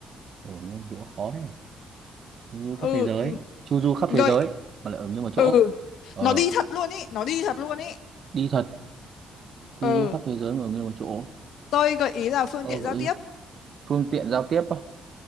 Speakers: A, on the right (about 55°); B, on the left (about 75°).
A: ở nguyên chỗ khó đấy chu du
B: ừ
A: khắp thế giới
B: ừ,
A: chu du khắp
B: gợi
A: thế giới mà lại ở nguyên một chỗ
B: ừ
A: ờ
B: nó đi thật luôn ý nó đi thật luôn ý
A: đi thật du
B: ừ
A: du khắp thế giới mà ở nguyên một chỗ
B: tôi gợi ý là phương
A: ờ
B: tiện
A: gợi
B: giao tiếp
A: ý. phương tiện giao tiếp á